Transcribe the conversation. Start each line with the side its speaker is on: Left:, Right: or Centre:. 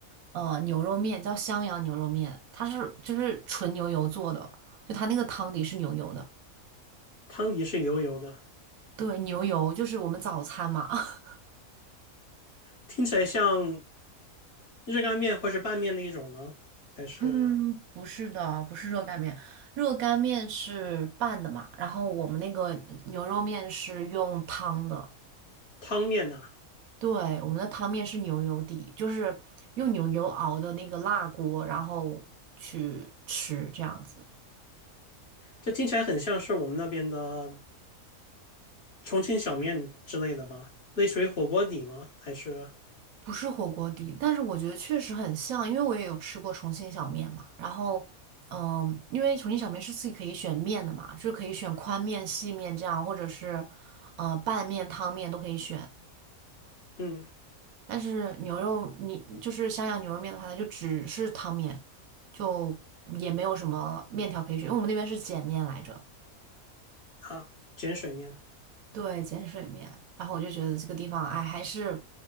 Right: 呃牛肉面，叫襄阳牛肉面，它是就是纯牛油做的，就它那个汤底是牛油的。
Left: 汤底是油油的，
Right: 对，牛油就是我们早餐嘛。<laughs>
Left: 听起来像热干面或是拌面的一种吗？还是
Right: 嗯，不是的，不是热干面，热干面是拌的嘛，然后我们那个牛肉面是用汤的，
Left: 汤面呢、
Right: 对，我们的汤面是牛油底，就是用牛油熬的那个辣锅，然后去吃这样子。
Left: 这听起来很像是我们那边的重庆小面之类的吧？类似于火锅底吗？还是
Right: 不是火锅底，但是我觉得确实很像，因为我也有吃过重庆小面嘛。然后，嗯，因为重庆小面是自己可以选面的嘛，就是可以选宽面、细面这样，或者是呃拌面、汤面都可以选。
Left: 嗯
Right: 但是牛肉，你就是襄阳牛肉面的话，它就只是汤面，就也没有什么面条可以选，因为我们那边是碱面来着，
Left: 啊碱水面？
Right: 对，碱水面。然后我就觉得这个地方，哎，还是